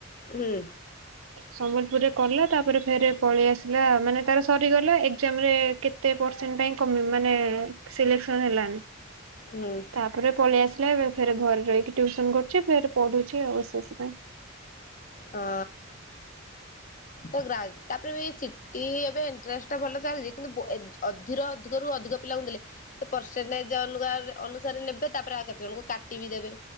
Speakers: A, on the left; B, on the right.
A: ହୁଁ
B: ସମ୍ବଲପୁରରେ କଲା ତାପରେ ଫେରେ ପଳେଇ ଆସିଲା ମାନେ ତାର ସରିଗଲା ଏକ୍ଜାମ ରେ କେତେ ପରସେଣ୍ଟ ପାଇଁ କମି ମାନେ ଏ ସିଲେକ୍ସନ ହେଲାନି।
A: ହୁଁ
B: ତାପରେ ପଳେଇ ଆସିଲା ଏବେ ଫରେ ଘରେ ରହିକି ଟୁସନ କରୁଛି ଫରେ ପଢୁଛି ଆବଶେଷ ପାଇଁ
A: ହଁ ତ ଗା ତାପରେ ବି ସିଟି ଏବେ <unintelligible> ଟେଷ୍ଟ ଭଲ ଚାଲିଛି କିନ୍ତୁଏବଂ ଅଧୀର ଅଧୀର ଅ ଅଧରୁ ଅଧିକ ପିଲା ଦେଲେ ସେଇ ପେରସେଣ୍ଟ ନୂଆ ଅନୁସାରେ ନେବେ ତାପରେ ଆଉ କେତେ ଜଣଙ୍କୁ କାଟି ବିି ଦେବେ